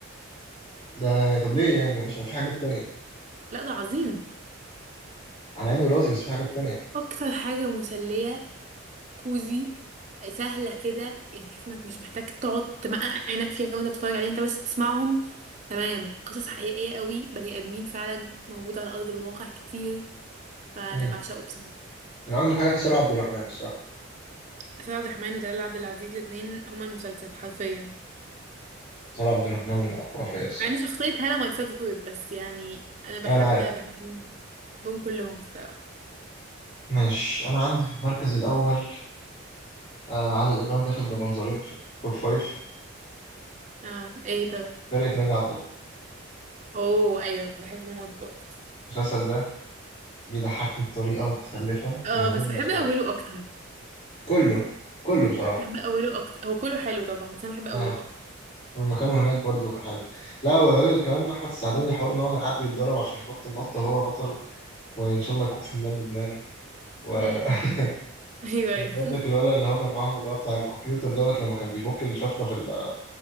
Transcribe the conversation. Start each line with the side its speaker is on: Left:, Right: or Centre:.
Left: ده طب ليه يعني ما فيش في حاجات تانية
Right: لا ده عظيم
Left: على عيني وراسي بس في حاجات تانية يعني.
Right: أكتر حاجة مسلية كوزي سهلة كده يعني تحس انك مش محتاج تقعد تمقع عينك فيها وانت بتتفرج عليها انت بس تسمعهم تمام قصص حقيقية قوي بني آدمين فعلا موجودة على أرض الواقع كتير فأنا
Left: مم.
Right: بعشقه بصراحة
Left: من اجمل حاجه في سارة عبد الرحمن الصراحه
Right: آسر عبد الرحمن ودلال عبد العزيز الاتنين هما المسلسل حرفيا
Left: سارة عبد الرحمن خرافيه الصراحه
Right: مع ان شخصية هالة ماي فيفورت بس يعني أنا بحب
Left: انا
Right: بحبهم بحبهم كلهم الصراحة
Left: ماشي أنا عندي في المركز الأول آه عادل إمام داخل بمنظرين في التوب فايف
Right: اه ايه طيب
Left: فرقة ناجي عطا الله
Right: اوه ايوه أنا بحب موت برضه
Left: المسلسل ده بيضحكني بطريقة متخلفة
Right: اه
Left: من غير
Right: بس
Left: ما
Right: بحب
Left: يصدق
Right: أوله أكتر
Left: كله كله بصراحة
Right: بحب أوله أكتر هو كله حلو طبعا بس أنا بحب أوله
Left: آه لما كانوا هناك برضه كان حلو لا وبعدين كمان أحمد السعداني الحوار إن هو كان قاعد بيتدرب عشان ينط النطة هو بطل وإن شاء الله يكون في ميدان لبنان و <laughs>
Right: أكتر ايوه
Left: برضك
Right: ايوه
Left: الولد اللي هو كان معاهم اللي هو بتاع الكمبيوتر دوت لما كان بيفك الشفرة في ال-